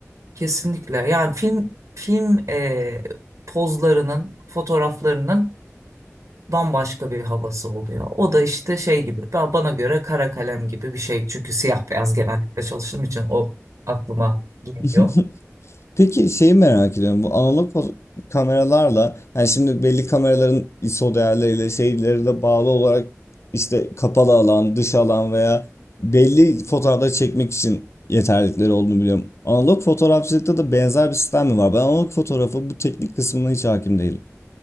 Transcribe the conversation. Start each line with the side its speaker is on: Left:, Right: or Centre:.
Right: Kesinlikle yani film film e, pozlarının fotoğraflarının bambaşka bir havası oluyor. O da işte şey gibi ben bana göre kara kalem gibi bir şey. Çünkü siyah beyaz genellikle çalıştığım için o aklıma geliyor.
Left: <laughs> Peki şeyi merak ediyorum. Bu analog foto- kameralarla yani şimdi belli kameraların ISO değerleriyle şeyleri de bağlı olarak işte kapalı alan, dış alan veya belli fotoğrafları çekmek için yeterlilikleri olduğunu biliyorum. Analog fotoğrafçılıkta da benzer bir sistem mi var? Ben analog fotoğrafı bu teknik kısmına hiç hakim değilim.